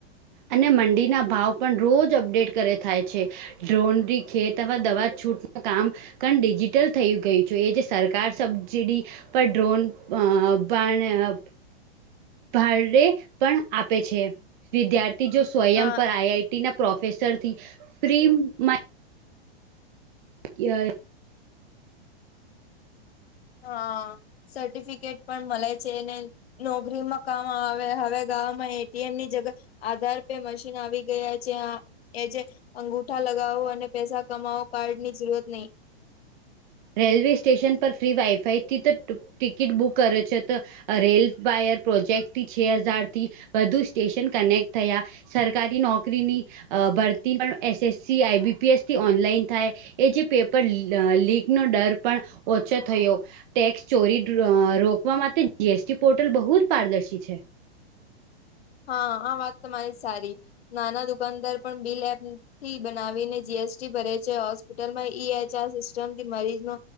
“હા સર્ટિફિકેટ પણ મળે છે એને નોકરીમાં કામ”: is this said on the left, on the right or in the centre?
Left